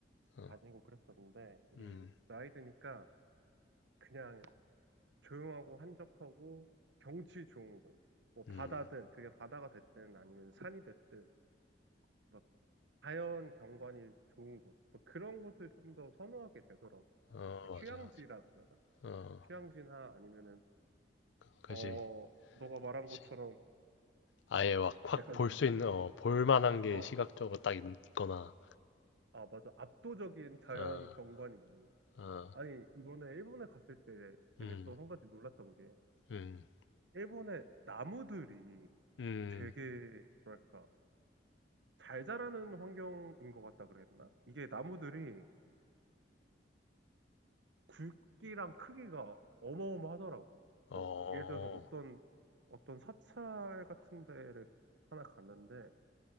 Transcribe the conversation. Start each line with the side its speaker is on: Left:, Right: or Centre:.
Left: 어,
Right: 다니고 그랬었는데 이게
Left: 음,
Right: 나이 드니까 그냥 조용하고 한적하고 경치 좋은 곳, 뭐
Left: 음,
Right: 바다든 그게 바다가 됐든 아니면 산이 됐든 막 자연 경관이 좋은 곳, 뭐 그런 곳을 좀 더 선호하게 되더라고.
Left: 어,
Right: 그러니까
Left: 맞아,
Right: 휴양지라고
Left: 맞아.
Right: 해야 되나?
Left: 어,
Right: 휴양지나 아니면은
Left: 그지.
Right: 어 너가 말한
Left: 그지.
Right: 것처럼
Left: 아예 확, 확
Right: 약간
Left: 볼
Right: 좀
Left: 수 있는, 어, 볼 만한 게
Right: 어,
Left: 시각적으로 딱 있- 있거나,
Right: 아 맞아 압도적인 자연
Left: 어,
Right: 경관이 있는.
Left: 어,
Right: 아니 이번에 일본에 갔을 때 되게
Left: 음,
Right: 또 한 가지 놀랐던 게
Left: 음.
Right: 일본의 나무들이
Left: 음.
Right: 되게 뭐랄까 잘 자라는 환경인 것 같다 그랬나? 이게 나무들이 굵기랑 크기가 어마어마하더라고.
Left: 어,
Right: 뭐 예를 들어서 어떤 어떤 사찰 같은 데를 하나 갔는데